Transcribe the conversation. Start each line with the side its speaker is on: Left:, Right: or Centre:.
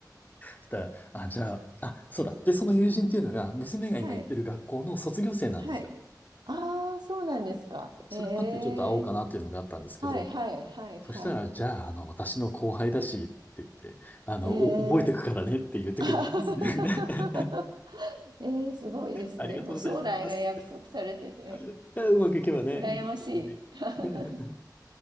Left: したら、あ、じゃあ、あ、そうだ。で、その友人っていうのが、娘が今行ってる学校の卒業生なんですよ。
Right: はい、はい。ああ、そうなんですか。
Left: それもあってちょっと会おうかなっていうのがあったんですけど、
Right: ええ、はい、はい、はい、
Left: そしたら、
Right: はい。
Left: じゃあ、あの、私の後輩だし、って言って、あの、
Right: え
Left: お覚えてくからねって言ってくれるんですね。
Right: え。<laughs>
Left: <laughs>
Right: えー、すごいですね。
Left: ありがとうございますっ
Right: もう将来が約束されてて、
Left: て。うまくいけばね、
Right: 羨ましい。
Left: いいんですけどね。
Right: <laughs>
Left: <laughs>